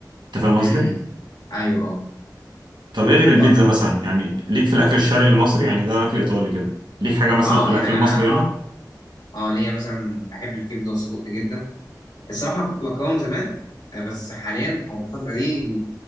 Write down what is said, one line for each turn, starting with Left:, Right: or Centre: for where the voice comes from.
Right: انت فاهم
Left: امم
Right: قصدي؟
Left: ايوه اه
Right: طب ايه غير البيتزا
Left: طب
Right: مثلا يعني ليك في الاكل الشرقي المصري يعني ده اكل ايطالي كده ليك حاجه مثلا
Left: اه
Right: في الاكل
Left: يعني
Right: المصري
Left: انا اه
Right: هنا
Left: اه ليا مثلا بحب الكبده والسجق جدا الصراحه كنت بكرههم زمان آه، بس حاليا او الفتره دي